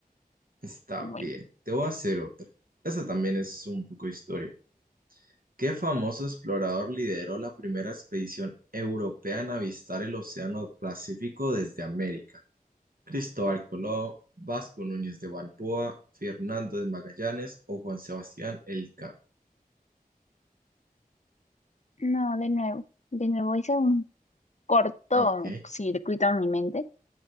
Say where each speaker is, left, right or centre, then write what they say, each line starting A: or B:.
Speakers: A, on the right; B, on the left.
A: está
B: Bueno,
A: bien. Te voy a hacer otra. Esa también es un poco historia. ¿Qué famoso explorador lideró la primera expedición europea en avistar el Océano Pacífico desde América? ¿Cristóbal Colón, Vasco Núñez de Balboa, Fernando de Magallanes o Juan Sebastián Elcano?
B: no, de nuevo, de nuevo hice un corto
A: Ok,
B: circuito en mi mente.